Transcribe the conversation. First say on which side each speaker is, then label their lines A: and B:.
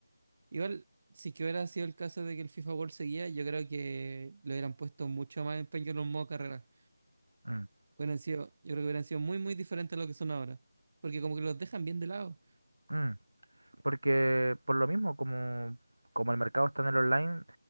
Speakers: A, on the right; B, on the right.
A: Igual, si que hubiera sido el caso de que el FIFA World seguía, yo creo que le hubieran puesto mucho más empeño en los modos carrera.
B: Mm,
A: Hubieran sido, yo creo que hubieran sido muy, muy diferentes a lo que son ahora. Porque como que los dejan bien de lado.
B: mm. Porque por lo mismo, como, como el mercado está en el online,